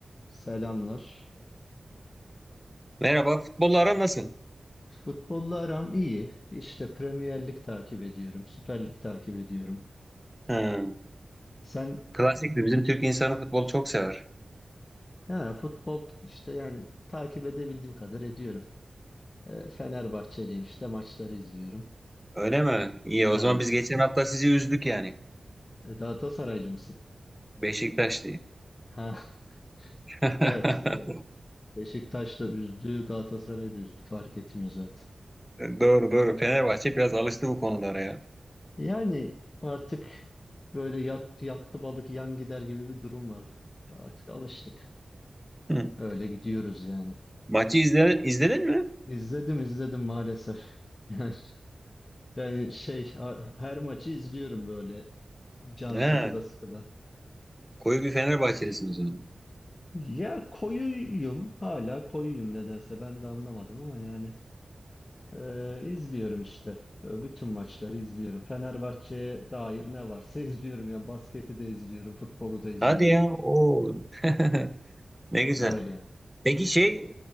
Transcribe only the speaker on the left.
Selamlar.
Futbolla aram iyi. İşte Premier Lig takip ediyorum. Süper Lig takip ediyorum.
Sen
ha, futbol işte yani takip edebildiğim kadar ediyorum. E, Fenerbahçeliyim işte maçları izliyorum.
Ha,
e, Galatasaraylı mısın?
Ha,
<laughs> evet. Yani Beşiktaş da üzdü, Galatasaray da üzdü. Fark etmiyor zaten.
Yani artık böyle yat, yattı balık yan gider gibi bir durum var. Artık alıştık.
Öyle gidiyoruz yani.
İzledim izledim maalesef. <laughs> Yani, yani şey a- her maçı izliyorum böyle can
sıkıda sıkıda.
Ya koyuyum hala koyuyum nedense ben de anlamadım ama yani Ee, izliyorum işte. Böyle bütün maçları izliyorum. Fenerbahçe'ye dair ne varsa <laughs> izliyorum. Yani basketi de izliyorum, futbolu da izliyorum.
Öyle.